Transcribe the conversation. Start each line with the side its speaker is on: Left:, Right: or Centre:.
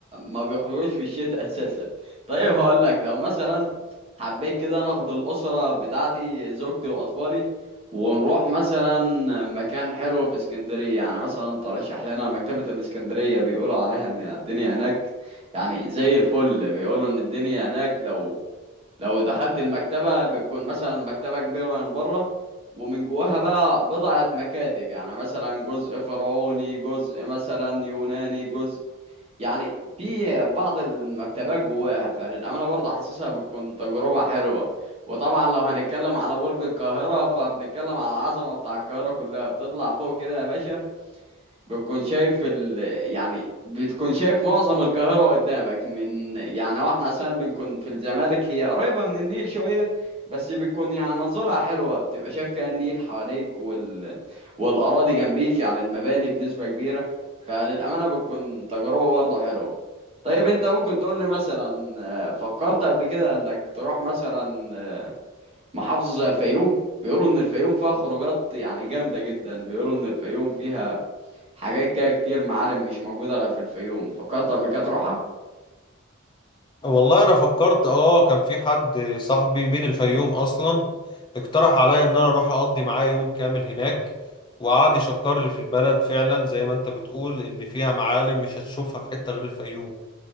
Right: ما بيخرجوش في الشتاء <laughs> اساسا طيب هقول لك لو مثلا حبيت كده ناخد الاسرة بتاعتي زوجتي واطفالي ونروح مثلا مكان حلو في اسكندرية يعني مثلا ترشح لنا مكتبة الاسكندرية بيقولوا عليها ان الدنيا هناك يعني زي الفل بيقولوا ان الدنيا هناك لو لو دخلت المكتبة بتكون مثلا المكتبة كبيرة من بره ومن جواها بقى بضعة مكاتب يعني مثلا جزء فرعوني جزء مثلا يوناني جزء يعني في بعض المكتبات جواها فللأمانة برضه حاسسها بتكون تجربة حلوة وطبعا لو هنتكلم على برج القاهرة فبنتكلم على العظمة بتاع القاهرة كلها بتطلع فوق كده يا باشا بتكون شايف ال... يعني بتكون شايف معظم القاهرة قدامك من يعني واحنا عشان بنكون في الزمالك هي قريبة من النيل شوية بس بتكون يعني منظرها حلوة بتبقى شايف كأن النيل حواليك وال... والأراضي جنبيك يعني المباني بنسبة كبيرة فللأمانة بتكون تجربة برضه حلوة طيب انت ممكن تقول لي مثلا آه، فكرت قبل كده انك تروح مثلا آه، محافظة زي الفيوم بيقولوا ان الفيوم فيها خروجات يعني جامدة جدا بيقولوا ان الفيوم فيها حاجات كده كتير معالم مش موجودة غير في الفيوم فكرت قبل كده تروحها
Left: والله انا فكرت اه كان في حد صاحبي من الفيوم اصلا اقترح عليا ان انا اروح اقضي معاه يوم كامل هناك وقعد يشكر لي في البلد فعلا زي ما انت بتقول ان فيها معالم مش هتشوفها في حتة غير الفيوم